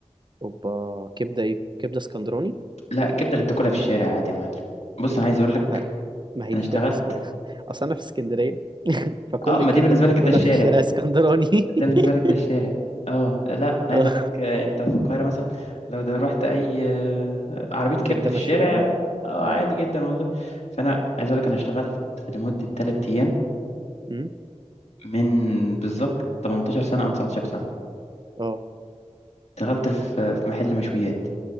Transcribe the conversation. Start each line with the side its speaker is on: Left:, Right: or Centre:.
Right: اوبا كبدة ايه كبدة اسكندراني
Left: لا الكبدة اللي بتاكلها في الشارع عادي يا معلم بص أنا عايز أقول لك
Right: ما, ما هي
Left: أنا
Right: دي
Left: اشتغلت
Right: كبدة اسكندراني <laughs> اصل انا في اسكندرية <laughs> فكل
Left: اه
Right: الكبدة
Left: ما دي بالنسبة
Right: اللي باكلها
Left: لك ده الشارع
Right: في الشارع اسكندراني
Left: ده بالنسبة
Right: <laughs>
Left: لك ده الشارع اه لا انا عايز
Right: آه.
Left: اقول لك آه، انت في القاهرة مثلا لو ده رحت اي آه، عربية كبدة
Right: كبدة
Left: في
Right: مشوية
Left: الشارع آه،
Right: اه
Left: عادي جدا والله فانا عايز اقول لك انا اشتغلت لمدة 3 ايام
Right: مم.
Left: من بالظبط 18 سنة او 19 سنة
Right: اه
Left: اشتغلت في في محل مشويات